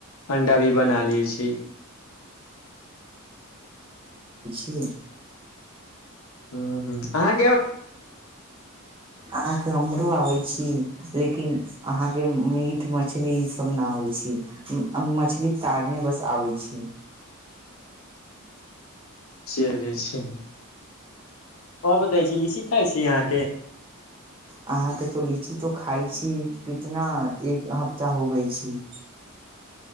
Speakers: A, on the left; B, on the right.
A: अंडा भी बना लै छै
B: की
A: ह ह आ
B: आ कि हमरो आबय छी लेकिन अहाँके मीट मछली ई सब न आबै छी अ मछली तारने बस आबै छी
A: चलै छै आ बताए छी लीची खाइ छी यहाँके
B: अहाँके तो लीची तो खाइ छी कितना एक हफ्ता हो गई छी